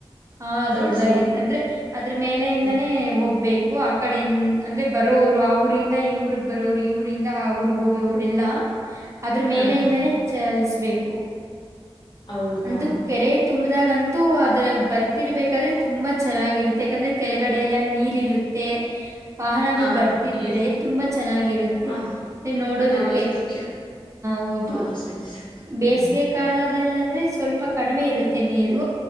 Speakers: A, on the right; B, on the left.
A: ಹ
B: ಹ್ಮ
A: ದೊಡ್ಡದಾಗಿದೆ
B: ಸಣ್ಣ
A: ಅಂದ್ರೆ ಅದ್ರು ಮೇಲೆಯಿಂದಾನೇ
B: ಹ್ಮ್
A: ಹೋಗ್ಬೇಕು ಕಕ ಕಡೆ ಅಂದ್ರೆ ಬರೋವರು ಆ ಊರಿಂದ ಈ ಊರಿಗೆಗ್ ಬರೋವರು ಈ ಊರಿಂದ ಆ ಊರ್ಗ್ ಹೋಗ್ಯವರೆಲ್ಲ ಅದ್ರ
B: ಹ್ಮ್
A: ಮೇಲೆಯಿಂದಾನೇ
B: ಹ್ಮ್
A: ಚಲಿಸಬೇಕು ಪ್ಪು <unintelligible>
B: ಹೌದಾ
A: ಅಂದು ಕೆರೆ ತುಂಬದಾಗ ಹಾಗಂತೂ ಅದ್ರ ಬರ್ತಿರ್ಬೇಕಾದ್ರೆ ತುಂಬಾ ಚೆನ್ನಾಗಿರುತ್ತೆ ಯಾಕಂದ್ರೆ ಕೆಳಗಡೆ ಎಲ್ಲ ನೀರ್ ಇರುತ್ತೆ ವಾಹನಗಳು
B: ಹಾ
A: ಬರ್ತಿದ್ರೆ
B: ನೀರು
A: ತುಂಬಾ ಚೆನ್ನಾಗಿರುತ್ತೆ
B: ಹ
A: ಅ ನೋಡೋದಕ್ಕೆ
B: ನೋಡೋದಿಕ್ಕೆ
A: ಹೌದು
B: ಹ ಸರಿ ಸರಿ
A: ಬೇಸಿಗೆ
B: ಹ್ಮ್
A: ಕಾಲದ ಅಂದ್ರೆ ಸ್ವಲ್ಪ ಕಡಿಮೆ ಇರುತ್ತೆ ನೀರು